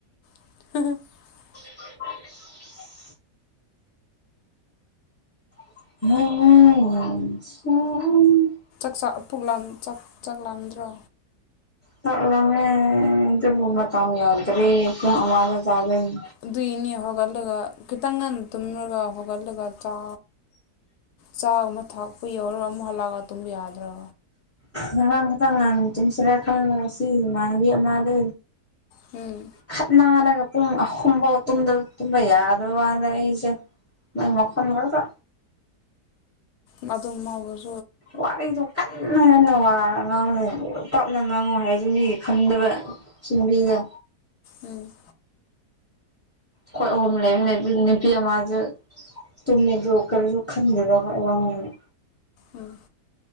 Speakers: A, on the left; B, on the left.
A: <unintelligible>
B: <unintelligible> <unintelligible>
A: ꯆꯥꯛ ꯄꯨꯛ ꯂꯥꯝ ꯆꯥꯛ ꯆꯥꯛ ꯂꯥꯝꯗ꯭ꯔꯣ
B: ꯆꯥꯛ ꯂꯥꯝꯃꯦ ꯑꯗꯨꯕꯨ ꯃꯇꯝ ꯌꯧꯗ꯭ꯔꯤ ꯄꯨꯡ ꯑꯃꯗ ꯆꯥ ꯗꯣꯏꯅꯦ
A: ꯑꯗꯨꯏꯅꯦ ꯍꯧꯒꯠꯂꯒ ꯈꯤꯇꯪ ꯉꯟꯅ ꯇꯨꯝꯔꯒ ꯍꯧꯒꯠꯂꯒ ꯆꯥ ꯆꯥ ꯑꯃ ꯊꯥꯛꯄ ꯌꯧꯔ ꯑꯃꯨꯛ ꯍꯜꯂꯛꯑꯒ ꯇꯨꯝꯕ ꯌꯥꯗ꯭ꯔꯣ
B: ꯉꯔꯥꯡ ꯈꯤꯇꯡ ꯉꯟꯅ ꯇꯨꯝꯁꯤꯔ ꯈꯜꯂ ꯅꯁꯤ ꯏꯃꯥꯟꯅꯕꯤ ꯑꯃꯗꯣ
A: ꯎꯝ
B: ꯈꯠꯅꯔꯒ ꯄꯨꯡ ꯑꯍꯨꯝ ꯐꯥꯎ ꯇꯨꯝꯗ ꯇꯨꯝꯕ ꯌꯥꯗꯕꯅ ꯑꯩꯁꯦ ꯃꯥꯢ ꯃꯈꯣꯟꯗꯨꯗ
A: ꯃꯥꯗꯨ ꯑꯥꯎꯕꯔꯣꯁꯨ
B: ꯋꯥꯔꯤꯗꯨ ꯀꯟꯅꯅ ꯋꯥ ꯉꯥꯡꯉꯣ ꯇꯞꯅ ꯉꯥꯡꯉꯨ ꯍꯥꯏꯔꯁꯨ ꯃꯤꯒꯤ ꯈꯟꯗꯕ ꯁꯤꯅꯨꯄꯤꯖ
A: ꯎꯝ
B: ꯈꯣꯏ ꯑꯍꯨꯝ ꯂꯩꯕꯅꯦ ꯑꯗꯨ ꯅꯨꯄꯤ ꯑꯃꯁꯨ ꯇꯨꯝꯃꯦ ꯑꯗꯨ ꯀꯔꯤꯁꯨ ꯈꯟꯗꯦꯗ ꯈꯣꯏ ꯋꯥ ꯉꯥꯡꯉꯣ
A: ꯎꯝ